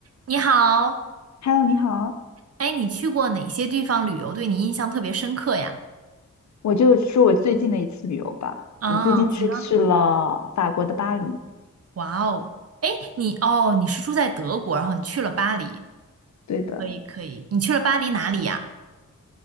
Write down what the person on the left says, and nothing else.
Hello，你好，
我就说我最近的一次旅游吧。
我最近是去了法国的巴黎，
对的，